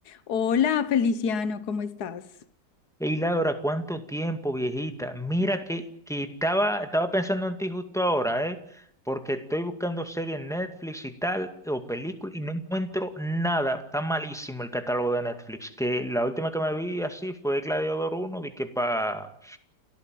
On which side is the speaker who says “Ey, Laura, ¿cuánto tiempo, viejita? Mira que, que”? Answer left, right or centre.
Centre